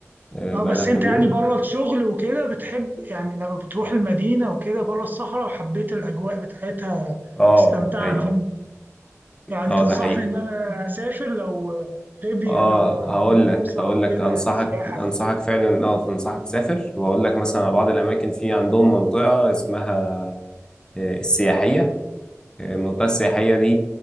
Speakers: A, on the left; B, on the right.
A: آه،
B: اه
A: بقالها
B: بس
A: كام
B: انت يعني
A: يوم
B: بره الشغل وكده بتحب يعني لما بتروح المدينة وكده بره الصحراء وحبيت الأجواء بتاعتها
A: اه
B: استمتعت
A: ايوه
B: يعني
A: اه
B: تنصحني
A: ده حقيقي
B: ان انا اسافر لو ليبيا
A: اه
B: لو
A: هقول
B: جات
A: لك
B: فرصة
A: هقول
B: وكده
A: لك انصحك
B: سياحة
A: انصحك فعلا اه انصحك تسافر وهقول لك مثلا على بعض الاماكن في عندهم منطقه اسمها آه، السياحيه آه، المنطقه السياحيه دي